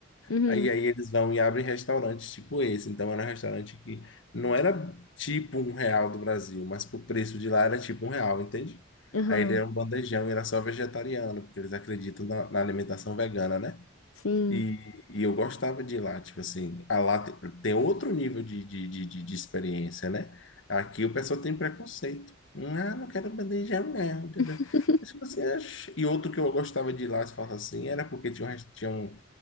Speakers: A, on the left; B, on the left.
A: uhum,
B: Aí, aí eles vão e abrem restaurantes tipo esse. Então era um restaurante que não era tipo um real do Brasil, mas pro preço de lá era tipo um real, entende?
A: aham,
B: Aí ele era um bandejão e era só vegetariano, porque eles acreditam na, na alimentação vegana, né?
A: sim.
B: E, e eu gostava de ir lá, tipo assim, a lá te- tem outro nível de, de, de, de- de experiência, né? Aqui o pessoal tem preconceito. Ah, não quero bandejão, não. entendeu?
A: <laughs>
B: Mas, tipo assim, ach- E outro que eu gostava de ir lá, se fala assim, era porque tinha um, res- tinha um,